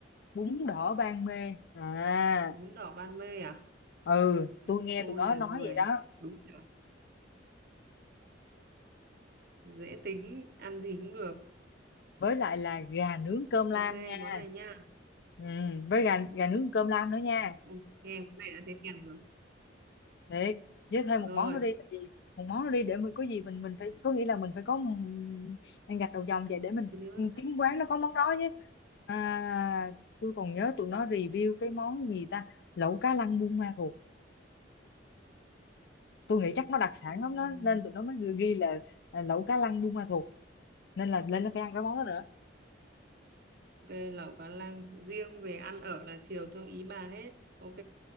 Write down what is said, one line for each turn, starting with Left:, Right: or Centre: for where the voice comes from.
Left: bún đỏ Ban Mê à
Right: bún đỏ Ban Mê à
Left: ừ
Right: Ồ,
Left: tôi nghe
Right: tôi
Left: tụi nó
Right: là
Left: nói
Right: người
Left: vậy đó
Right: đúng kiểu dễ tính ăn gì cũng được
Left: với lại là gà nướng cơm
Right: ok
Left: lam nha
Right: món này nha
Left: ừ, với gà gà nướng cơm lam nữa nha
Right: Ui, nghe món này đã thấy thèm rồi
Left: Thiệt, với thêm một
Right: rồi
Left: món nữa đi tại vì một món nữa đi để mình có gì mình mình phải có nghĩa là mình phải có m- ăn gạch đầu dòng vậy để mình,
Right: thì nữa
Left: mình
Right: ta?
Left: kiếm quán nó có món đó chứ à, tôi còn nhớ tụi nó review cái món gì ta lẩu cá lăng Buôn Ma Thuột tôi nghĩ chắc nó đặc sản
Right: Ừm,
Left: lắm đó nên tụi nó mới ghi ghi là à, lẩu cá lăng Buôn Ma Thuột nên là lên nó phải ăn cái món đó nữa
Right: ok lẩu cá lăng riêng về ăn ở là chiều theo ý bà hết ok